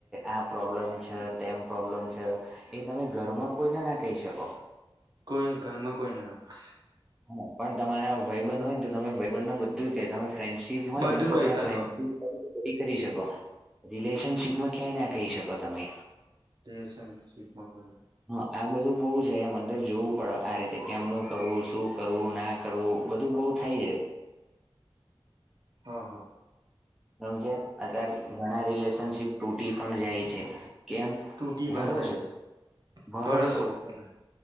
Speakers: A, in the centre; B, on the right.
A: આપ પ્રોબ્લમ છે તેમ પ્રોબ્લેમ છે એ તમે ઘરમાં કોઈને ના કહી શકો
B: કોઈ ઘરમાં કોઈ ના નાખ
A: હા પણ તમારા ભયબન હોય ને તો તમે ભયબંધ ન બધું જ કે તમે ફ્રેન્ડ પ હોય
B: બધું
A: ને તો
B: કહી
A: ત્યાં
B: શકો
A: ફ્રેન્ડશીપ કરી શકો રિલેશનશીપમાં ક્યાંય ના કહી શકો તમે
B: દસંગ સીટમાં કોને
A: હા આ બધું બઉુ છે એમ અંદર જોવું પડે આ રીતે કેમનું કરવું શું કરવું ના કરવું બધું બહુ થાય છે
B: હા હા
A: સમજ અતાર ઘણા રિલેશનશીપ તૂટી પણ જાય છે કેમ
B: તૂટી પણ
A: ભરોસો
B: જાય છે
A: ભરોસો
B: બરોસ હોવું કરે